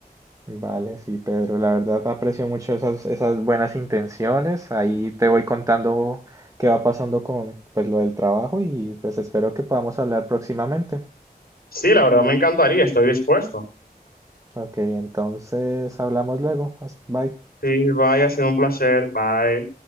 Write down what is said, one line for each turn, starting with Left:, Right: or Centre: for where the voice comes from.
Right: Vale, sí, Pedro. La verdad aprecio mucho esas, esas buenas intenciones. Ahí te voy contando qué va pasando con pues lo del trabajo y pues espero que podamos hablar próximamente.
Left: Sí, la verdad me encantaría, estoy dispuesto.
Right: Ok, entonces hablamos luego. Hasta- Bye.
Left: Sí, bye, ha sido un placer. Bye.